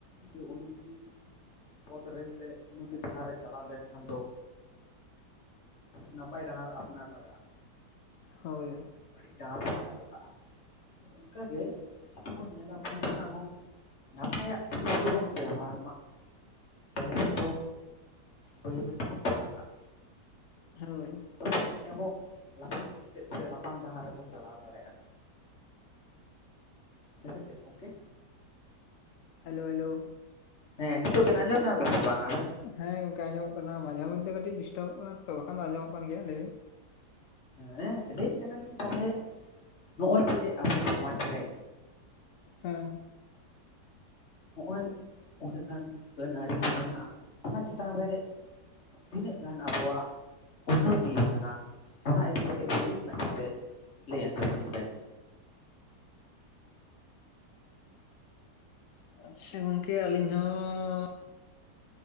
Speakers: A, on the left; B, on the left.
A: ᱡᱮ ᱩᱱᱠᱤ ᱯᱚᱫ ᱨᱮ ᱥᱮ ᱩᱱᱱᱚᱛᱤ ᱰᱟᱦᱟᱨ ᱨᱮ ᱪᱟᱞᱟᱣ ᱞᱮᱱᱠᱷᱟᱱ ᱫᱚ ᱱᱟᱯᱟᱭ ᱰᱟᱦᱟᱨ ᱟᱯᱱᱟᱨ ᱞᱟᱜᱟᱼᱟ᱾
B: ᱦᱳᱭ ᱦᱳᱭ᱾
A: ᱵᱟᱹᱲᱤᱡ ᱰᱟᱦᱟᱨ ᱥᱟᱦᱟᱭ ᱞᱟᱜᱟᱼᱟ᱾ ᱚᱱᱠᱟᱜᱮ ᱡᱩᱫᱤ ᱵᱚᱱ ᱧᱮᱞᱟ ᱯᱷᱳᱱ ᱨᱮᱱᱟᱜ ᱦᱚᱸ ᱱᱟᱯᱟᱭᱟᱜ ᱡᱤᱱᱤᱥ ᱜᱮᱵᱚᱱ ᱵᱮᱵᱚᱦᱟᱨ ᱢᱟ᱾ ᱵᱟᱹᱲᱤᱡᱟᱜ ᱫᱚ ᱵᱟᱹᱭ ᱵᱟᱹᱭ ᱛᱮᱵᱚᱱ ᱥᱟᱦᱟ ᱠᱟᱜ᱾
B: ᱦᱳᱭ᱾
A: ᱛᱚᱵᱮ ᱟᱹᱱᱤᱡ ᱟᱵᱚ ᱞᱟᱯᱷᱟᱝ ᱥᱮᱪᱮᱫ ᱥᱮ ᱞᱟᱯᱷᱟᱝ ᱰᱟᱦᱟᱨ ᱨᱮᱵᱚᱱ ᱪᱟᱞᱟᱣ ᱫᱟᱲᱮᱜᱼᱟ᱾ ᱦᱮᱸ ᱥᱮ ᱪᱮᱫ? ᱜᱚᱝᱠᱮ
B: ᱦᱮᱞᱳ ᱦᱮᱞᱳ?
A: ᱦᱮᱸ ᱱᱤᱛᱚᱜ ᱵᱮᱱ ᱟᱸᱡᱚᱢ ᱧᱟᱢ ᱮᱫᱟ ᱥᱮ ᱵᱟᱝ ᱟᱵᱮᱱ?
B: ᱦᱮᱸ ᱜᱚᱝᱠᱮ ᱟᱸᱡᱚᱢᱚᱜ ᱠᱟᱱᱟ ᱢᱟᱡᱷᱮ ᱢᱚᱫᱽᱫᱷᱮ ᱠᱟᱹᱴᱤᱡ ᱰᱤᱥᱴᱟᱵᱚᱜ ᱠᱟᱱᱟ ᱛᱚ ᱵᱟᱠᱷᱟᱱ ᱫᱚ ᱟᱸᱡᱚᱢᱚᱜ ᱠᱟᱱ ᱜᱮᱭᱟ ᱞᱟᱹᱭ ᱵᱮᱱ?
A: ᱦᱮᱸ ᱞᱟᱹᱭᱮᱫ ᱠᱟᱱᱟᱞᱤᱧ ᱛᱟᱦᱚᱞᱮ ᱱᱚᱜᱼᱚᱭ ᱡᱮ ᱟᱵᱚ ᱥᱚᱢᱟᱡᱽ ᱨᱮᱼᱼ
B: ᱦᱮᱸ
A: ᱦᱚᱜᱼᱚᱭ ᱩᱱᱟᱹᱜ ᱜᱟᱱ ᱜᱟᱹᱱ ᱟᱹᱨᱤ ᱠᱚ ᱢᱮᱱᱟᱜᱼᱟ ᱚᱱᱟ ᱪᱮᱛᱟᱱ ᱨᱮ ᱛᱤᱱᱟᱹᱜ ᱜᱟᱱ ᱟᱵᱚᱣᱟᱜ? ᱩᱱᱱᱚᱛᱤ ᱭᱟᱠᱟᱱᱟ ᱚᱱᱟ ᱤᱫᱤ ᱠᱟᱛᱮᱜ ᱦᱩᱰᱤᱧ ᱢᱟᱪᱷᱟᱛᱮ ᱞᱮᱭ ᱟᱸᱡᱚᱢ ᱟᱹᱞᱤᱧ ᱵᱮᱱ?
B: ᱟᱪᱪᱷᱟ ᱜᱚᱝᱠᱮ ᱟᱹᱞᱤᱧ ᱦᱚᱸᱼᱼ